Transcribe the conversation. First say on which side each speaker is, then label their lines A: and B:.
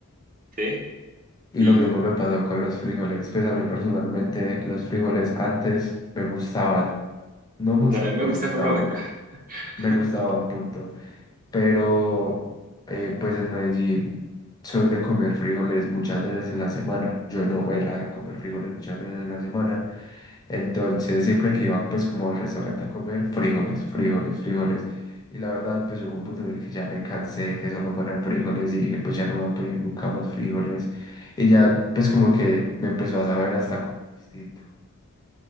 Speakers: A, on the right; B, on the left.
A: sí.
B: Y
A: Y
B: lo mismo me pasó con los frijoles. Pues a mí personalmente los frijoles antes me gustaban, no mucho,
A: pues, a mí me
B: me
A: gusta
B: gustaban.
A: por el momento. <laughs>
B: me gustaban, punto. Pero eh, pues en Medellín son de comer frijoles muchas veces en la semana. Yo no era de comer frijoles muchas veces en la semana. Entonces siempre que iba pues como al restaurante a comer frijoles, frijoles, frijoles. Y la verdad pues llegó un punto en el que ya me cansé de que solo fueran frijoles y dije pues ya no voy a pedir nunca más frijoles. Y ya pues como que me empezó a saber hasta como distinto.